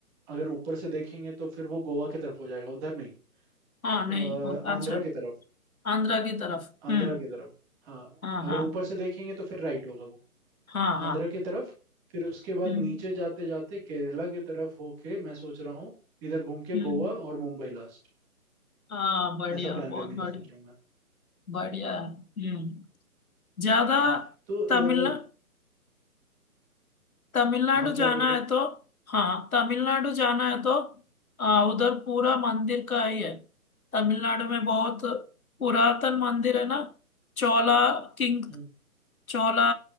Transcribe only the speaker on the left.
हाँ
नहीं वो-
अच्छा
आंध्रा की तरफ
हम्म
हाँ हाँ
हाँ हाँ
हम्म
हम्म
हाँ बढ़िया
बहुत
बढ़िया
बढ़िया है हम्म ज्यादा
तमिलनाडु
तमिलनाडु
जाना
है
तो हाँ तमिलनाडु जाना है तो आ, उधर पूरा मंदिर का ही है तमिलनाडु में बहुत पुरातन मंदिर है ना चोला किंग
चोला